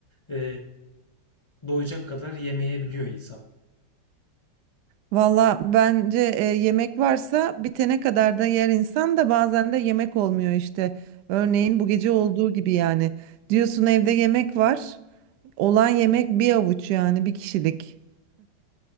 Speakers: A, on the left (about 50°); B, on the right (about 75°).
A: e, doyacak kadar yemeyebiliyor insan.
B: Valla bence e, yemek varsa bitene kadar da yer insan da bazen de yemek olmuyor işte. Örneğin bu gece olduğu gibi yani. Diyorsun evde yemek var. Olan yemek bir avuç yani bir kişilik.